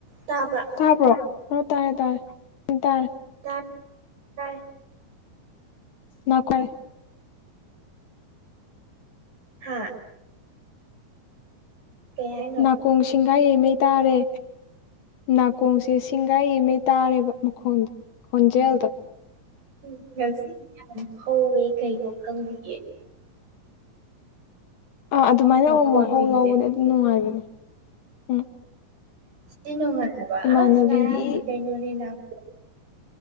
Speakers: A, on the right; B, on the left.
A: ꯇꯥꯕ꯭ꯔꯥ
B: ꯇꯥꯕ꯭ꯔꯣ ꯑꯣ ꯇꯥꯔꯦ ꯇꯥꯔꯦ ꯇꯥꯔꯦ
A: ꯇ
B: ꯃꯥ ꯀꯣꯏꯦ
A: ꯍꯥ ꯀꯩ ꯍꯥꯏꯅꯣ
B: ꯅꯥꯀꯣꯡ ꯁꯤꯡꯒꯥꯏ ꯌꯩꯉꯩ ꯇꯥꯔꯦ ꯅꯥꯀꯣꯡꯁꯦ ꯉꯥꯏꯒꯤꯉꯩ ꯇꯥꯔꯦꯕ ꯃꯈꯣꯟꯗ ꯈꯣꯟꯖꯦꯜꯗ
A: ꯎꯝ ꯉꯖꯤ ꯌꯥꯝ ꯍꯧꯋꯦ ꯀꯩꯅꯣ ꯈꯪꯕꯤꯌꯦꯦ
B: ꯑꯥ ꯑꯗꯨꯃꯥꯏꯅ
A: ꯃꯈꯣꯟꯁꯤꯡꯁꯦ
B: ꯑꯃ ꯃꯍꯍꯥꯎ ꯂꯥꯎꯕꯅꯦ ꯑꯗꯨꯝ ꯅꯨꯡꯉꯥꯏꯕꯅꯦ ꯎꯝ
A: ꯁꯤ ꯅꯨꯡꯉꯥꯏꯕ
B: ꯏꯃꯥꯟꯅꯕꯤꯒꯤ
A: ꯑꯁ ꯉꯥꯏꯔꯪꯗꯤ ꯀꯩꯅꯣꯅꯦ ꯂꯥꯛꯄ